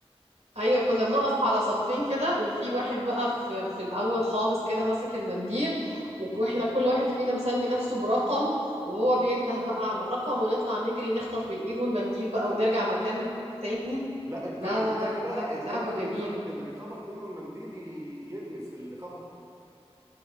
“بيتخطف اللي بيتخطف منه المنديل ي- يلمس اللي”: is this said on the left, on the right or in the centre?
Right